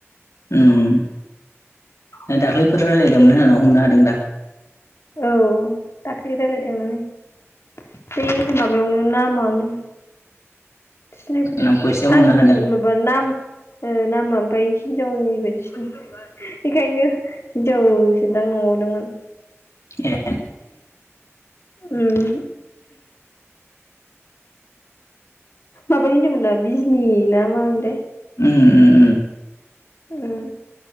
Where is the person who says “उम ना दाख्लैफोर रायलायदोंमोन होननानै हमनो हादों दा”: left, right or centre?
Left